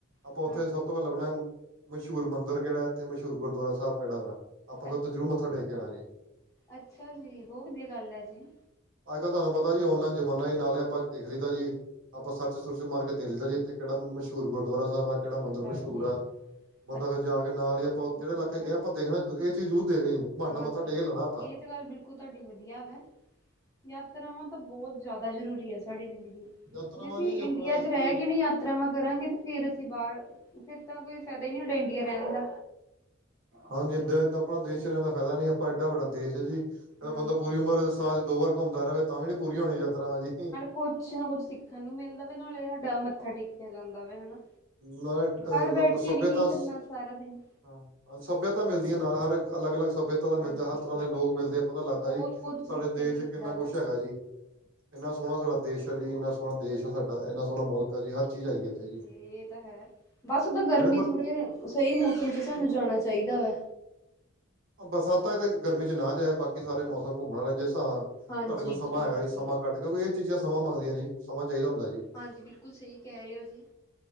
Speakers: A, on the right; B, on the left.
A: ਆਪਾਂ
B: ਹਾਂਜੀ।
A: ਉੱਥੇ ਸਭ ਤੋਂ ਪਹਿਲਾਂ ਲੱਭਣਾ ਮਸ਼ਹੂਰ ਮੰਦਿਰ ਕਿਹੜਾ ਇੱਥੇ ਮਸ਼ਹੂਰ ਗੁਰੂਦੁਆਰਾ ਸਾਹਿਬ ਕਿਹੜਾ ਵਾ ਆਪਾਂ
B: ਅ
A: ਫਿਰ ਉਥੇ ਜ਼ਰੂਰ ਮੱਥਾ ਟੇਕ ਆਵਾਂਗੇ।
B: ਅੱਛਾ ਜੀ, ਬਹੁਤ ਵਧੀਆ ਗੱਲ ਹੈ ਜੀ।
A: ਅੱਜ ਕੱਲ ਤੁਹਾਨੂੰ ਪਤਾ ੳਨਲਾਈਨ ਜ਼ਮਾਨਾ ਹੇ। ਨਾਲੇ ਆਪਾਂ ਦੇਖ ਲਤਾ ਜੀ ਆਪਾਂ ਸਰਚ ਸੁਰਚ ਮਾਰ ਕੇ ਦੇਖ ਲਿਤਾ ਜੀ ਇੱਥੇ ਕਿਹੜਾ ਮਸ਼ਹੂਰ ਗੁਰੂਦੁਆਰਾ ਸਾਹਿਬ ਆ ਕਿਹੜਾ
B: ਅੱਛਾ
A: ਮੰਦਿਰ ਮਸ਼ਹੂਰ
B: ਜੀ,
A: ਆ। ਬੰਦਾ
B: ਅੱਛਾ
A: ਫਿਰ ਜਾ ਕੇ ਨਾਲ ਹੀ ਆਪਾਂ ਜਿਹੜੇ
B: ਹਾਂਜੀ,
A: ਇਲਾਕੇ ਗਏ
B: ਹਾਂਜੀ,
A: ਆਪਾਂ ਦੇਖਣਾ ਇਹ ਚੀਜ਼ ਜ਼ਰੂਰ ਦੇਖਣੀ ਬਹਾਨੇਂ ਨਾਲ
B: ਹਾਂਜੀ
A: ਮੱਥਾ ਟੇਕ ਲੈਣਾ ਆਪਾਂ
B: ਇਹ ਗੱਲ ਬਿਲਕੁੱਲ ਤੁਹਾਡੀ ਵਧੀਆ ਵਾ ਹੈ। ਯਾਤਰਾਵਾਂ ਤਾਂ ਬਹੁਤ ਜ਼ਿਆਦਾ ਜ਼ਰੂਰੀ ਹੈ ਸਾਡੀ ਜ਼ਿੰਦਗੀ
A: ਯਾਤਰਾਵਾਂ
B: ਜੇ ਅਸੀਂ
A: ਜੀ ਆਪਣਾ
B: ਇੰਡੀਆ
A: ਇੱਕ
B: ਚ ਰਹਿ ਗਏ ਨੇ ਯਾਤਰਾਵਾਂ ਕਰਾਂਗੇ ਤੇ ਫੇਰ ਅਸੀਂ ਬਾਹਰ ਫੇਿਰ ਤਾਂ ਕੋਈ ਫਾਇਦਾ ਹੀ ਨਹੀਂ ਇੰਡੀਆਂ ਰਹਿਣ ਦਾ
A: ਹਾਂਜੀ ਇਏਦਾਂ ਇਏਦ ਆਪ ਦੇਸ਼ ਰਹਿਣ ਦਾ ਫਾਇਦਾ ਨੀ ਆਪਾਂ ਏਡਾ ਵੱਡਾ ਦੇਸ਼ ਹੈ ਜੀ ਇਹਦਾ
B: ਹਾਂਜੀ।
A: ਬੰਦਾ ਪੂਰੀ ਉਮਰ ਸਾਲ ਚ ਦੋ ਵਾਰ ਘੁੰਮਦਾ ਰਹੇਵੇ ਤਾਂ ਵੀ ਨੀ ਪੂਰੀ ਹੋਣੀ ਯਾਤਰਾ ਵਾਜੀ
B: ਕੁੱਛ ਨਾ ਕੁੱਛ ਸਿੱਖਣ ਨੂੰ ਮਿਲਦਾ ਵ ਨਾਲੇ ਸਾਡਾ ਮੱਥਾ ਟੇਕਿਆ ਜਾਂਦਾਂ ਵਾ ਹਨਾ।
A: ਨਾਲ ਅ
B: ਘਰ ਬੈਠ ਕੇ
A: ਸੱਭਿਅਤਾ
B: ਵੀ ਕੀ ਕਰਨਾ ਸਾਰਾ ਦਿਨ।
A: ਹਾਂ ਸੱਭਿਅਤਾ ਮਿਲਦੀਆਂ ਨਾਲ ਹਰ ਅਲੱਗ ਅਲੱਗ ਸੱਭਿਅਤਾ ਪਤਾਂ
B: ਹਾਂਜੀ।
A: ਮਿਲਦਾ ਹਰ ਤਰ੍ਹਾਂ ਦੇ ਲੋਕ ਮਿਲਦੇ ਆ ਪਤਾ ਲੱਗਦਾ
B: ਬਹੁਤ
A: ਜੀ
B: ਕੁਛ
A: ਸਾਡੇ
B: ਸਿੱਖਣ
A: ਦੇਸ਼
B: ਨੂੰ ਮਿਲਦਾ
A: ਚ ਕਿੰਨਾ
B: ਵਾ।
A: ਕੁੱਛ ਹੈਗਾ ਜੀ। ਇੰਨਾ ਸੋਹਣਾ ਸਾਡਾ ਦੇਸ਼ ਆ ਜੀ ਇੰਨਾ ਸੋਹਣਾ ਦੇਸ਼ ਆ ਸਾਡਾ ਇੰਨਾ ਸੋਹਣਾ ਮੁਲਕ ਹੈ ਜੀ ਹਰ ਚੀਜ਼ ਹੈਗੀ
B: ਹਾਂ
A: ਇੱਥੇ ਜੀ
B: ਇਹ ਤਾਂ ਹੈ ਬਸ ਉਦਾਂ ਗਰਮੀਂ
A: ਜਿਹੜੇ ਮਰ
B: ਥੋੜ੍ਹੇ ਸਹੀ ਮੌਸਂਮ ਚੱ ਸਾਨੂੰ ਜਾਣਾਂ ਚਾਹੀਦਾ ਵ
A: ਬਰਸਾਤਾਂ ਇਹ ਤੇ ਗਰਮੀਂ ਚੱ ਨਾ ਜਾਇਉਂ ਬਾਕੀ ਸਾਰੇ ਮੌਸਂਮ ਘੁੰਮਣ ਵਾਲੇ ਜਿਸ ਤਰਾਂ ਤੁਹਾਡੇ
B: ਹਾਂਜੀ
A: ਕੋਲ ਸਮਾਂ
B: ਠੀਕ
A: ਹੈਗਾ ਜੀ ਸਮਾਂ
B: ਹੈ
A: ਕੱਟ ਕਿਉਂਕਿ ਇਹ ਚੀਜ਼ਾਂ ਸਮਾਂ ਮੰਗਦੀਆਂ ਜੀ ਸਮਾਂ ਚਾਹੀਦਾ ਹੁੰਦਾ ਜੀ।
B: ਹਾਂਜੀ ਬਿਲਕੁੱਲ ਸਹੀ ਕਹਿ ਰਹੇ ਹੋ ਜੀ।